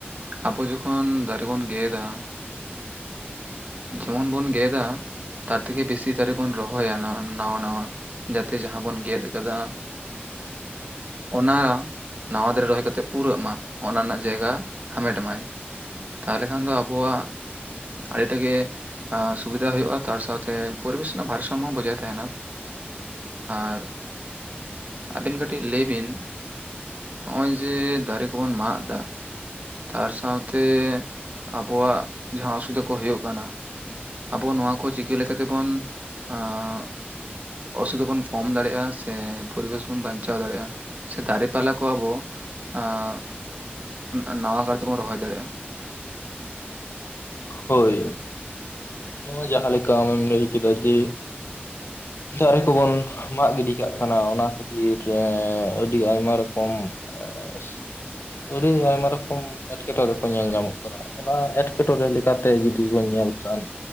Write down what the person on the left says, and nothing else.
ᱦᱳᱭ ᱱᱚᱣᱟ ᱡᱟᱦᱟᱸ ᱞᱮᱠᱟ ᱟᱢᱮᱢ ᱞᱟᱹᱭ ᱠᱮᱫᱟ ᱡᱮ,
ᱫᱟᱨᱮ ᱠᱚᱵᱚᱱ ᱢᱟᱜ ᱜᱤᱰᱤ ᱠᱟᱜ ᱠᱟᱱᱟ᱾ ᱚᱱᱟ ᱠᱷᱟᱹᱛᱤᱨ ᱟᱹᱰᱤ ᱟᱭᱢᱟ ᱨᱚᱠᱚᱢ, <unintelligible> ᱟᱹᱰᱤ ᱟᱭᱢᱟ ᱨᱚᱠᱚᱢ ᱮᱸᱴᱠᱮᱴᱚᱬᱮ ᱠᱚ ᱧᱮᱞ ᱧᱟᱢᱚᱜ ᱠᱟᱱᱟ, ᱚᱱᱟ ᱮᱸᱴᱠᱮᱴᱚᱬᱮ <unintelligible> ᱞᱮᱠᱟᱛᱮ ᱡᱩᱫᱤ ᱵᱚᱱ ᱧᱮᱞ ᱠᱷᱟᱱ